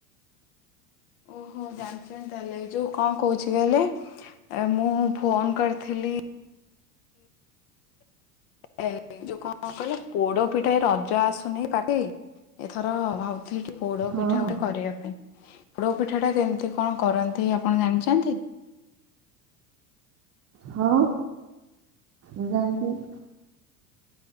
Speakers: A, on the left; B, on the right.
A: ଓହୋ ଜାଣିଛନ୍ତି ତାହଲେ ଏ ଯୋଉ କଣ କହୁଛି କହଲେ ମୁଁ ଫୋନ କରିଥିଲି ଏ ଏଇ ଯୋଉ କଣ କହିଲ ପୋଡ ପିଠା ରଜ ଆସୁନି <unintelligible> ଏଥର ଭାବ ଠିକ ପୋଡ
B: ହଁ
A: ପିଠା
B: ହଁ
A: ଗୋଟେ କରିବା ପାଇଁ। ପୋଡୋ ପିଠା ଟା କେମିତି କଣ କରନ୍ତି ଆପଣ ଜାଣିଛନ୍ତି?
B: ହଁ। <inaudible>